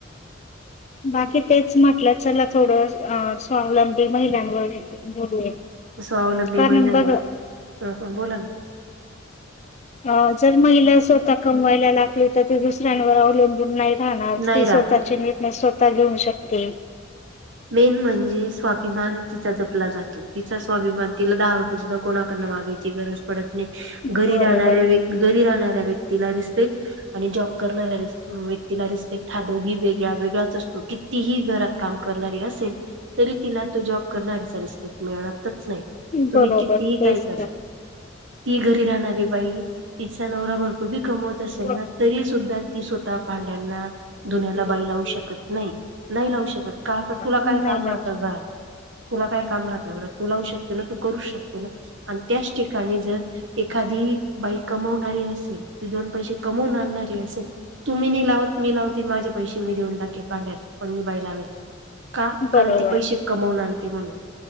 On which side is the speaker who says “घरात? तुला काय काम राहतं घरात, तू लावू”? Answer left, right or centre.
Right